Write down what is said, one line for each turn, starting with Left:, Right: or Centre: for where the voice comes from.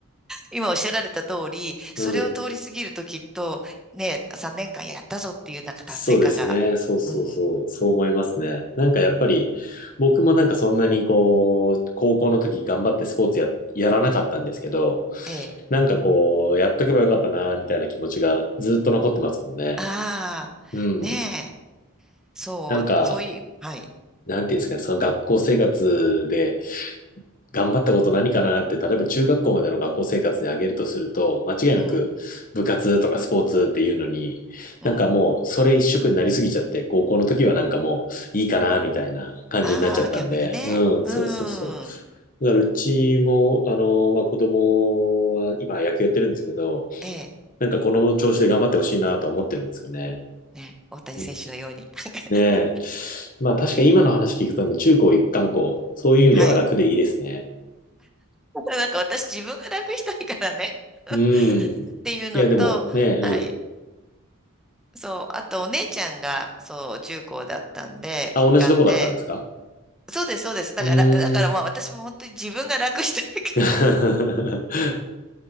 Centre: 今おっしゃられた通り、それを通り過ぎるときっと、
Left: うん。
Centre: ね、3年間やったぞっていうなんか達成感が、
Left: そうですね。そうそうそう。
Centre: うん、
Left: そう思いますね。なんかやっぱり、僕もなんかそんなにこう、高校の時頑張ってスポーツや、やらなかったんですけど、
Centre: ええ、
Left: なんかこう、やっとけばよかったな、みたいな気持ちがずっと残ってますもんね。
Centre: ああ、
Left: うん。
Centre: ねえ、そう、
Left: なんか、
Centre: そういう、はい、
Left: なんていうんですかね、その学校生活で、頑張ったこと何かなって、例えば中学校までの学校生活で挙げるとすると、間違いなく部活とかスポーツっていうのに、
Centre: うん、うん、
Left: なんかもうそれ一色になりすぎちゃって、高校の時はなんかもういいかなみたいな感じになっちゃったんで、
Centre: ああ、逆にね、
Left: うん、
Centre: う
Left: そうそうそう。
Centre: ん、
Left: だからうちも、あの、まあ、子供は今野球やってるんですけど、
Centre: ええ、
Left: なんかこの調子で頑張ってほしいなとは思ってるんですよね。
Centre: ね、大谷選手のように。
Left: うん
Centre: <laughs>
Left: ねえ。まあ確かに今の話聞くと、中高一貫校、そういう意味では楽でいいですね。
Centre: はい。<laughs> なんか私自分が楽したいからね <laughs>
Left: うん。い
Centre: っていうのと、
Left: や、でもね、
Centre: はい。
Left: うん。
Centre: そう。あとお姉ちゃんが、そう、中高だったんで、
Left: あ、
Centre: 一貫で、
Left: 同じとこだったんですか
Centre: そうです、そうです。だから、
Left: うーん。
Centre: だからまあ私も本当に自分が楽したいから。
Left: <laughs>